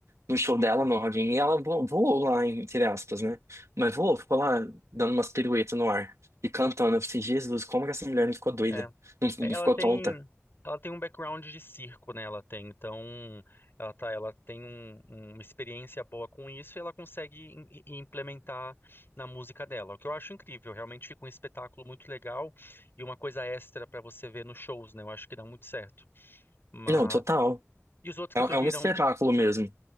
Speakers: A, on the right; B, on the left.
A: no show dela, no Rock in Rio, ela vo- voou lá, entre aspas, né? Mas voou, ficou lá dando umas piruetas no ar e cantando. Eu falei, Jesus, como que essa mulher não ficou doida?
B: É.
A: Não,
B: Ela
A: não ficou
B: tem,
A: tonta?
B: ela tem um background de circo, né? Ela tem, então, ela tá, ela tem um- um, uma experiência boa com isso e ela consegue im- i- implementar na música dela, o que eu acho incrível. Realmente fica um espetáculo muito legal e uma coisa extra pra você ver nos shows, né? Eu acho que dá muito certo. Mas
A: Não, total.
B: e os outros que
A: É, é
B: tu viram
A: um espetáculo mesmo.